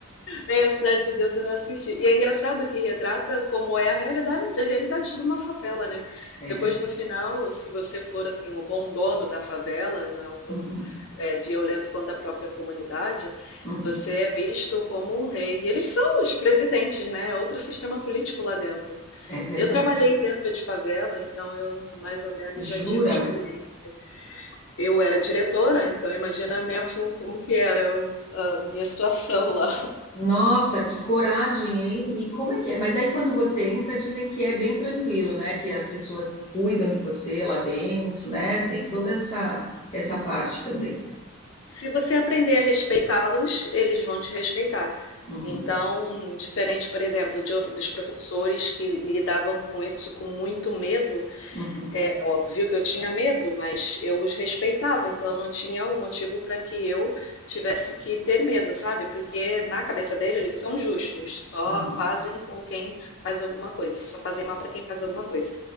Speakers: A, on the left; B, on the left.
A: É, a Cidade de Deus eu não assisti. E é engraçado que retrata como é a realidade, a realidade de uma favela, né?
B: É,
A: Depois, no final, se você for assim o bom dono da favela, não for
B: uhum,
A: é, violento contra a própria comunidade,
B: uhum,
A: você é visto como um rei. E eles são os presidentes, né? É outro sistema político lá dentro.
B: é verdade.
A: Eu trabalhei dentro de favela, então eu mais ou menos já
B: Jura?
A: tive experiência. Eu era diretora, então imagina a minha, fu- como que era o- a minha situação lá.
B: Nossa, que coragem, hein? E como é que é? Mas aí quando você entra, dizem que é bem tranquilo, né? Que as pessoas cuidam de você lá dentro, né? Tem toda essa essa parte também.
A: Se você aprender a respeitá-los, eles vão te respeitar.
B: Uhum,
A: Então, diferente, por exemplo, de dos professores que lidavam com isso com muito medo,
B: uhum,
A: é óbvio que eu tinha medo, mas eu os respeitava, então não tinha um motivo para que eu tivesse que ter medo, sabe? Porque na cabeça dele eles são justos, só
B: uhum.
A: fazem com quem faz alguma coisa, só fazem mal para quem faz alguma coisa.